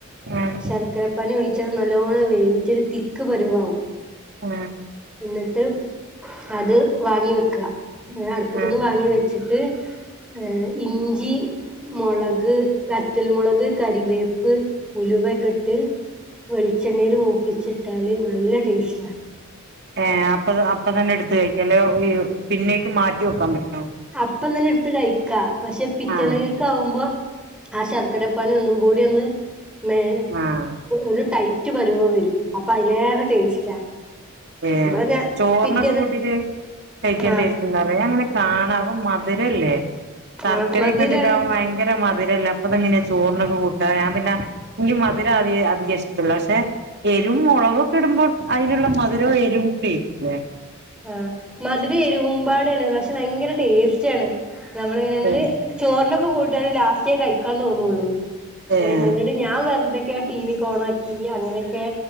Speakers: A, on the right; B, in the centre.
A: ആഹ്
B: ശർക്കരപ്പാനി ഒഴിച്ചത് നല്ലോണം വേവിച്ച് ഒര് തിക്ക് പരുവാവും
A: ആഹ്
B: എന്നിട്ട് അത് വാങ്ങി വെക്ക അടുപ്പത്ത്ന്ന്
A: ആഹ്
B: വാങ്ങി വെച്ചിട്ട് ഏ ഇഞ്ചി മൊളക് വറ്റൽ മുളക് കരിവേപ്പ് ഉലുവ ക്കെട്ട് വെളിച്ചെണ്ണയില് മൂപ്പിച്ചിട്ടാല് നല്ല ടേസ്റ്റാ
A: ഏ അപ്പം ത അപ്പം തന്നെ എടുത്ത് കഴിക്കല്ലേ പിന്നേക്ക് മാറ്റി വെക്കാൻ പറ്റ്
B: അപ്പം തന്നെ എടുത്ത് കഴിക്കാ പക്ഷെ പിറ്റേന്നെക്കെക്കെ
A: ആഹ്
B: ആവുമ്പം ആ ശർക്കര പ്പനി ഒന്നും കൂടി ഒന്ന് മേ
A: ആഹ്
B: ഒര് ടൈറ്റ് പരുവം വരും അപ്പം അതിലേറെ ടേസ്റ്റാ
A: ഏ
B: ഇവിടെ ഞാൻ
A: ചോറിനൊക്കെ
B: പിറ്റേന്ന്
A: കൂട്ടീട്ട് കഴിക്കാൻ
B: ആഹ്
A: ടേസ്റ്റ് ഉണ്ടവോ ഞാൻ അങ്ങനെക്കെ കാണവം മധുരല്ലേ ശർക്കരയെക്കെ
B: ആഹ് മധുരാണ്
A: ഇട്ടിട്ട്ആവുമ്പം ഭയങ് ഭയങ്കര മധിരല്ലേ അപ്പം അത് എങ്ങനെയാ ചോറിനൊക്കെ കൂട്ട ഞാൻ പിന്നെ എനിക്ക് മധുരം അധിയ അധികം ഇഷ്ടല്ല പക്ഷെ എരുവും മൊളകൊക്കെ ഇടുമ്പോൾ അയിനുള്ള മധു ങ്കര എരുവും പുളിയും ഇല്ലേ
B: ആഹ് മധുരം എരുവമ്പാടെയാണ് പക്ഷെ ഭയങ്കര ടേസ്റ്റാണ് നമ്മള് ഇങ്ങനെയത്
A: ഏഹ്
B: ചോറിനൊപ്പം കൂട്ടിയാലും ലാസ്റ്റേ കഴിക്കാൻ തോന്നുള്ളൂ
A: ഏഹ്
B: ഏ ഞങ്ങടെ ഞാൻ വെറുതെക്കെ ടിവിക്കെ ഓൺ ആക്കി അങ്ങനെയൊക്കെ